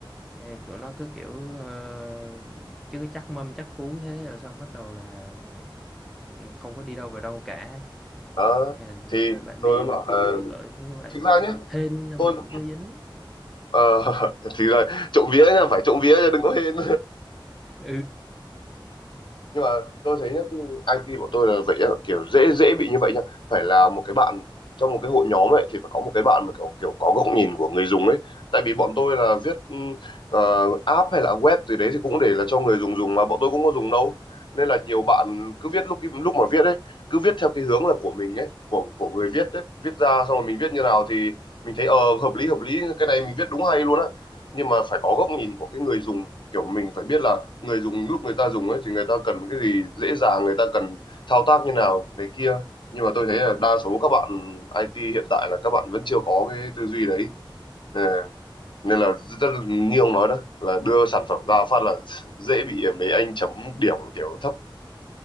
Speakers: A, in the centre; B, on the left.
A: Nghe tụi nó cứ kiểu ờ, chứ chắc mâm chắc cú thế rồi xong bắt đầu là ừ, không có đi đâu vào đâu cả
B: đó.
A: Ừ,
B: thì
A: đó, bạn
B: tôi
A: bè
B: mới
A: mình
B: bảo
A: cái,
B: là
A: cái cỡ như vậy
B: thực ra nhé
A: hên là
B: tôi
A: mình cũng chưa dính
B: Ờ, <laughs> thì là trộm vía nha phải trộm vía nha đừng có hên
A: <laughs>
B: nhưng mà tôi thấy nhá cái IT bọn tôi là vậy nhá kiểu dễ dễ bị như vậy nhá phải là một cái bạn trong một cái hội nhóm ấy thì phải có một cái bạn mà kiểu kiểu có góc nhìn của người dùng ấy tại vì bọn tôi là viết ừ, ờ, app hay là web gì đấy thì cũng để là cho người dùng dùng mà bọn tôi cũng có dùng đâu nên là nhiều bạn cứ viết lúc lúc mà viết ấy cứ viết theo cái hướng là của mình ấy của của người viết ấy viết ra xong rồi mình viết như nào thì mình thấy ờ hợp lý hợp lý cái này mình viết đúng hay luôn á nhưng mà phải có góc nhìn của cái người dùng kiểu mình phải biết là người dùng lúc người ta dùng ấy thì người ta cần cái gì dễ dàng người ta cần thao tác như nào này kia nhưng mà tôi thấy là đa số các bạn IT hiện tại là các bạn vẫn chưa có cái tư duy đấy Ờ, nên là rất như ông nói đó là đưa sản phẩm ra phát là <laughs> dễ bị mấy anh chấm điểm kiểu thấp